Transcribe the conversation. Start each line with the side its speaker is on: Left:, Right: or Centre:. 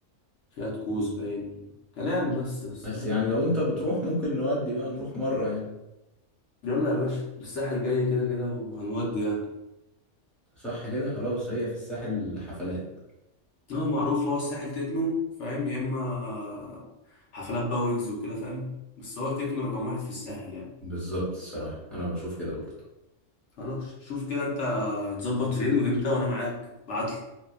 Left: فيها تكوز باين كلام بس بس
Centre: بس
Left: فاهم
Centre: يعني لو انت بتروح ممكن نودي بقى نروح مره يعني
Left: يلا يا باشا الساحل جاي كده كده وهنودي يعني
Centre: صح كده خلاص هي في الساحل حفلات
Left: هو معروف هو الساحل تكنو فاهم يا اما حفلات بقى ويجز وكده فاهم بس هو تكنو رقم واحد في الساحل يعني
Centre: بالظبط الصراحه انا بشوف كده برضه
Left: خلاص شوف كده انت هتظبط فين وامتى وانا معاك ابعتلي